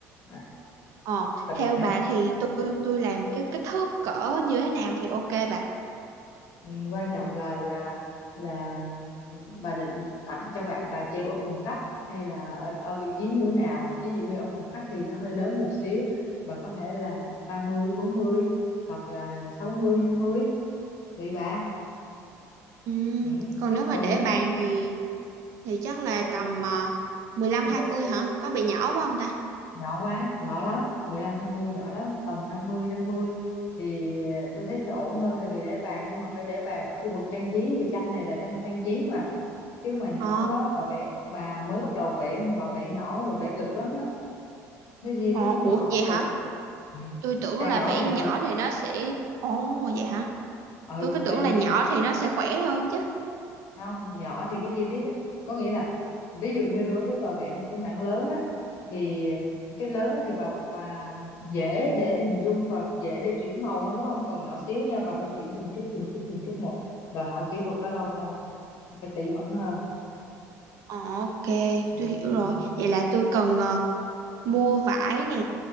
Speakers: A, on the left (about 55°); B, on the right (about 55°).
A: à,
B: Ờ,
A: và đẹp
B: theo
A: nữa
B: bà thì tôi tôi làm cái kích thước cỡ như thế nào thì ok bà.
A: Ừ, quan trọng là là là bà định tặng cho bạn bà treo ở phòng khách hay là ở ở vị trí như thế nào ví dụ như ở phòng khách thì nó hơi lớn một xíu bà có thể là ba mươi bốn mươi hoặc là sáu mươi năm mươi tùy bà
B: Ừ,
A: ừ.
B: còn nếu mà
A: còn
B: để
A: nếu
B: bàn
A: mà
B: thì thì chắc là
A: em
B: tầm uh, 15
A: năm
B: 20
A: mươi năm mươi
B: hả? Có bị nhỏ quá không ta?
A: nhỏ quá nhỏ lắm mười lăm hai mươi nhỏ lắm tầm năm mươi năm mươi thì tôi thấy sẽ ổn hơn tại vì để bàn nhưng mà phải để bàn ở khu vực trang trí vì tranh này là tranh trang trí chứ mà nhỏ
B: Ờ,
A: quá bà vẽ bà mới bắt đầu vẽ mà bà vẽ nhỏ bà vẽ cực lắm á cái gì đấy
B: ờ,
A: nó nhỏ
B: ủa vậy
A: nó
B: hả?
A: cực lắm ừ.
B: Tôi tưởng
A: càng
B: là
A: nhỏ
B: vẽ
A: càng
B: nhỏ
A: cực
B: thì nó sẽ Ồ vậy hả?
A: ừ
B: Tôi cứ tưởng
A: tại vì
B: là
A: bà
B: nhỏ
A: nghĩ
B: thì nó sẽ khỏe hơn chứ.
A: không nhỏ thì cái chi tiết đó có nghĩa là ví dụ như đối với bà vẽ một cái mảng lớn á thì cái lớn á thì bà bà dễ để hình dung và dễ để chuyển màu hơn đúng không còn nhỏ xíu nha bà phải chuyển từng chút từng chút từng chút một đòi hỏi kỹ thuật nó lâu hơn phải tỉ mẩn hơn
B: Ờ, ok,
A: ừ
B: tôi hiểu rồi.
A: ừ
B: Vậy là tôi cần ờ, mua vải nè,